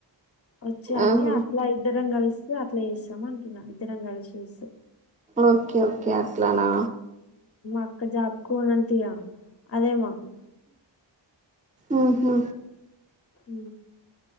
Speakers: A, on the left; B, on the right.
A: వచ్చా
B: ఆహా
A: అని అట్లా ఇద్దరం కలుస్త అట్లా చేస్తామ ఇద్దరం కలిస్ చేస్తాం
B: ఓకే ఓకే అట్లానా
A: ఓక్క జాబ్కు పోనంతయా అదే మాోకు
B: ఊహూ
A: ఉ